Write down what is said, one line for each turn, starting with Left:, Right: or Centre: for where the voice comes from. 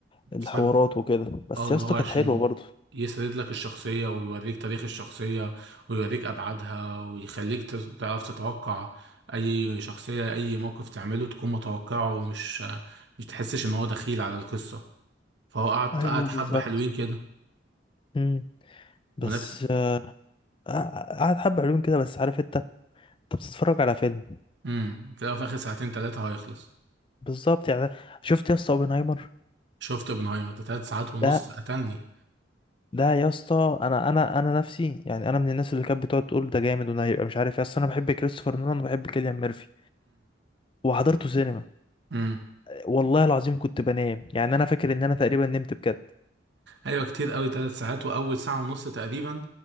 Left: الحوارات
Right: بسبب-
Left: وكده بس
Right: اه
Left: يا
Right: ان
Left: اسطى
Right: هو
Left: كانت
Right: عشان
Left: حلوه برضه
Right: يسرد لك الشخصيه ويوريك تاريخ الشخصيه ويوريك ابعادها ويخليك تز- تعرف تتوقع اي شخصيه اي موقف تعمله تكون متوقعه ومش مش تحسش ان هو دخيل على القصه فهو قعد
Left: ايوه
Right: قعد حبة
Left: بالظبط
Right: حلوين كده
Left: امم بس
Right: ونفس
Left: آه، قعد حبه حلوين كده بس عارف انت انت بتتفرج على فيلم
Right: امم في الأول وفي الآخر ساعتين تلاتة هيخلص
Left: بالظبط يعني شفت يا اسطى اوبنهايمر
Right: شفت اوبنهايمر ده تلات ساعات ونص
Left: ده
Right: قتلني
Left: ده يا اسطى انا انا انا نفسي يعني انا من الناس اللي كانت بتقعد تقول ده جامد وده هيبقى مش عارف يا اسطى انا بحب كريستوفر نولان وبحب كيليان ميرفي وحضرته سينما
Right: امم
Left: والله العظيم كنت بنام يعني انا فاكر ان انا تقريبا نمت بجد
Right: ايوه كتير قوي ثلاث ساعات واول ساعه ونص تقريبا